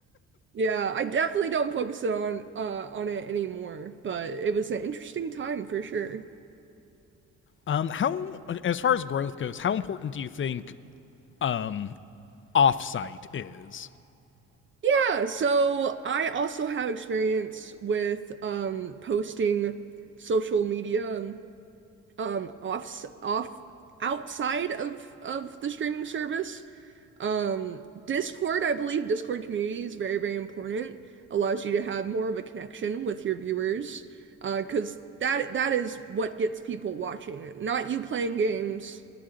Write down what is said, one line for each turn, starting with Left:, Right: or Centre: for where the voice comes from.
Right: yeah, I definitely don't focus on uh on it anymore, but it was an interesting time for sure.
Left: Um, how as far as growth goes, how important do you think um offsite is?
Right: Yeah, so I also have experience with um, posting social media um, off off outside of of the streaming service. Um, Discord, I believe Discord community is very, very important. Allows you to have more of a connection with your viewers, uh, because that that is what gets people watching it. Not you playing games,